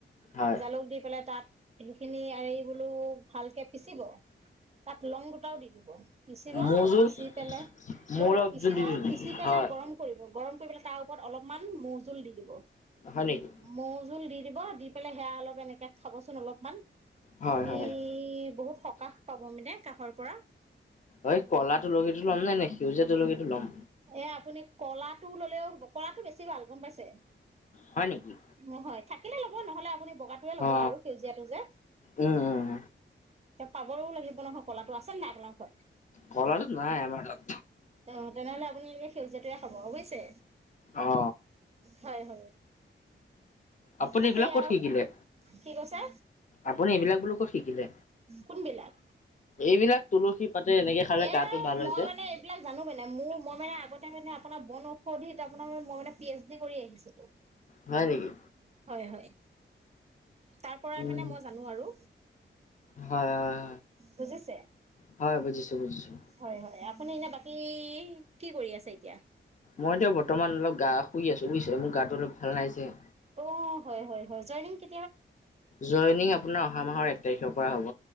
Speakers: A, on the left; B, on the right.
A: হয়
B: জালুক দি পেলাই তাত সেইখিনি এই বোলো ভালকে পিচিব তাত লং দুটাও দি দিব, পিচিব
A: মোৰ জোল
B: পিচি পেলাই
A: মোৰ
B: ৰব পিচিব
A: জোল দি দিবি
B: পিচি পেলাই
A: হয়
B: এ গৰম কৰিব, গৰম কৰিপে লাই তাৰ ওপৰত অকমান মৌ জুল দি দিব,
A: হয় নেকি
B: মৌ জুল দি দিব দি পেলাই সেয়া অলপ এনেকে খাবচোন অলপমান,
A: হয়
B: আপুনি
A: হয়
B: বহুত সকাহ পাব মানে কাঁহৰ পৰা।
A: ঐ কলা তুলসী টো ল'ম নাই নে সেউজীয়া তুলসীটো ল'ম।
B: এ আপুনি ক'লাটো ল'লেও হ'ব। ক'লাটো বেছি ভাল গম পাইছে।
A: হয় নেকি।
B: নহয় থাকিলে ল'ব নহলে আপুনি বগাটোৱে ল'ব
A: অ
B: আৰু সেউজীয়াটো যে
A: উম উম
B: পাবও লাগিব নহয় কলাটো আছে নে নাই আপোনাৰ ঘৰত?
A: কলাটোত নাই আমাৰ তাত
B: অ', তেনেহ'লে আপুনি এই সেউজীয়াটোৱে খাব বুজিছে।
A: অ
B: হয়, হয়।
A: আপুনি
B: বাকী
A: এইবিলাক ক'ত
B: আৰু
A: শিকিলে
B: কি কৈছে,
A: আপুনি এইবিলাক বোলো ক'ত শিকিলে
B: কোনবিলাক?
A: এইবিলাক তুলসী পাতে এনেকে খালে
B: এ
A: গাটো ভাল হয়
B: মই
A: যে
B: মানে এইবিলাক মোৰ মানে মোৰ মই মানে আগতে মানে আপোনাৰ বন ঔষধিত আপোনাৰ মই মানে পি এইচ ডি কৰি আহিছিলো।
A: হয় নেকি
B: হয় হয়। তাৰ পৰাই
A: উম
B: মানে মই জানো আৰু।
A: হয় হয়
B: বুজিছে
A: হয় হয় বুজিছো বুজিছো
B: হয় হয় আপুনি এনে বাকী কি কৰি আছে এতিয়া?
A: মই এতিয়া বৰ্তমান অলপ গা শুই আছো বুজিছে মোৰ গাটো অলপ ভাল নাই যে।
B: অ', হয়, হয়, হয় জইনিং কে
A: জইনিং আপোনাৰ অহা মাহৰ এক তাৰিখৰ পৰা হ'ব।